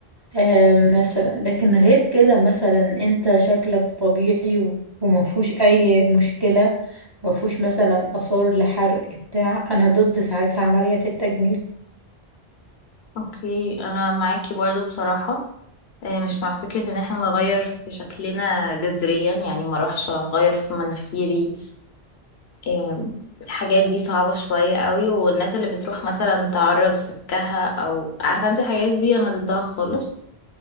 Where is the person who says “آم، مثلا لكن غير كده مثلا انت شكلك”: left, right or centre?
Right